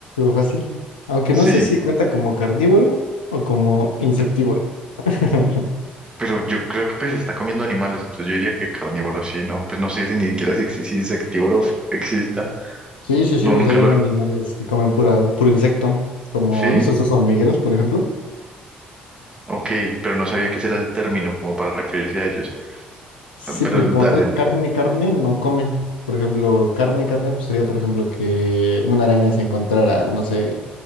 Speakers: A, on the left; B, on the right.
A: fácil. Aunque
B: Sí,
A: no sé si cuenta como carnívoro o como insectívoro. <laughs>
B: pero yo creo que pues está comiendo animales, entonces yo diría que carnívoro, sí, ¿no? Pues no sé si ni siquiera si, exi- si insectívoro exista.
A: Sí, sí, sí,
B: No,
A: pues
B: nunca
A: hay
B: lo...
A: animales que comen pura, puro insecto, como
B: ¿Sí?
A: los osos hormigueros, por ejemplo.
B: Ok, pero no sabía que ese era el término como para referirse a ellos.
A: Sí,
B: Ah, Pero
A: porque
B: dale,
A: como tal,
B: el-
A: carne, carne no comen. Por ejemplo, carne, carne, pues sería, por ejemplo, que una araña se encontrara, no sé,